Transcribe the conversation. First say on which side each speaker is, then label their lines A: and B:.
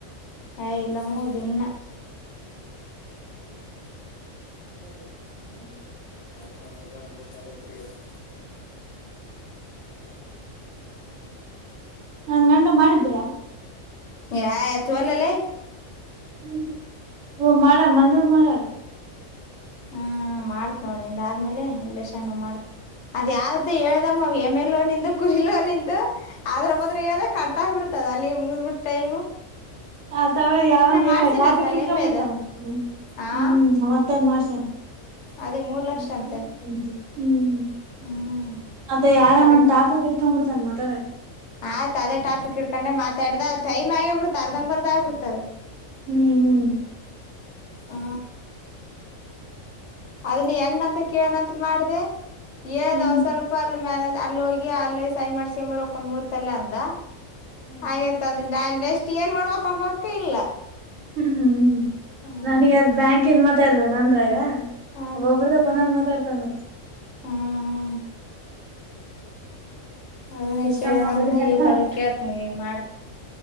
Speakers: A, on the left (about 65°); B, on the right (about 75°).
A: ಹ್ ಇಲ್ಲಾಮೂ ದನ್ನ
B: ಹ್ಮ ಹ್ಮ
A: ರಾಜಕ್ಷಾಮ ಚಲ್ಲ ಸ್ರರಿರ್ <inaudible>
B: ನಾ ಗಂಡುಗ ಮಾಡಿದ್ರ
A: ಯ ಎತ್ತುವಲ್ಲಲ್ಲೇ
B: ಹ <unintelligible> ಮಡಳ ಮಜೋ ಮಾಡಳ
A: ಹ್ಮ ಮಾಡ್ತ್ ಆಳ್ ನಿಂದಾದ್ಮೇಲೆ ವಿರೇಶಣ್ಣುಗ ಮಾಡ್ತ್ ಅದ್ ಯಾವ್ದ ಹೇಳ್ದಮ್ಮ ಎಮೆ ಲೋನಿಂದು ಕುರೀ ಲೋನಿಂದು ಅದ್ರ ಬದ್ರೆ ಹೇಳ್ದ ಕಟ್ಟ ಆಗ್ಬಿಡ್ತದ ಅಲ್ಲಿ ಮುಗಿದ್ ಬಿಟ್ಟುತು ಟೈಮ್
B: ಆ ತಾವ ಯಾವಂದ
A: ಮಾಡ್ಸೇನಂತಲ್ಲ
B: ಟಾಪಿಕ್ ಇಳ್ಸೊಂಡ್
A: ಎಮ್ಮೆದು
B: ಬಿಡ್ತಾವ
A: ಹಾಂ
B: ಹ್ಮ್ ಮತ್ತೊಂದ್ ಮಾಡ್ಸನ್ <inaudible>
A: ಅದೇ ಮೂರು ಲಕ್ಷ ಅಂತೆ
B: ಹ್ಮ
A: ಹ್ಮ್
B: ಅತ್ತ <unintelligible>
A: ಅದನ್
B: ಎಡುಕಾಬಡ್ತನ್ ಮಾತಾಡಕ್
A: ಆಯ್ತ ಅದೇ ಟಾಪಿಕ್ ಇಡ್ಕೊಂಡೆ ಮಾತಾಡ್ದ ಟೈಮ್ ಆಗಿಬಿಡ್ತ ಅರ್ಧಂಬರ್ದ ಆಗ್ಬಿಡ್ತದೆ <inaudible>
B: ಹ್ಮ್ ಹ್ಮ್
A: ಹಾ ಅದನ್ನ ಹೆಂಗಂತ ಕೇಳನಂತ ಮಾಡಿದೆ ಹೇಳ್ದ
B: ಹ್ಮ್
A: ಒಂದ್ ಸ್ವಲ್ಪ <unintelligible> ಅಲ್ಲಿ ಹೋಗಿ ಅಲ್ಲಿ ಸೈನ್ ಮಾಡ್ಸ್ಕ ಒರ್ಬೇಕು ಮೂರ್ ತಲೆ ಅಂದ
B: ಹ್ಮ್
A: ಆಗೊಯ್ತ್ <unintelligible> ನಾನು ನೆಸ್ಟ್ ಏನ್ ಮಾಡಡ್ಬೇಕಕಾಂಬಕ ಇಲ್ಲ
B: ಹ್ಮ್ ಹ್ಮ್
A: ಹ್ಮ್
B: ನನಗೆ ಅದ್ ಬ್ಯಾಂಕ್ ನ್ ಮತ್ತ ಮಾತಾಡ್ದ ನಾದ್ರಾಗ
A: ಹ್ಮ್
B: ಒಬಬ್ರೆ ಒಂದು ಒಂದು ಮಾತಾಡ್ತಾನ
A: ಹ್ಮ್ ಅದನ
B: ಇಷ್ಟಂತ
A: ಕೇನಂತ
B: ಹೊಡಿದಾಗ
A: ನೀ ಈ ತಡ ಕೇಳ್ತೀನಿ ಈಗ ನೀ ಮಾಡ್ತಿನಿ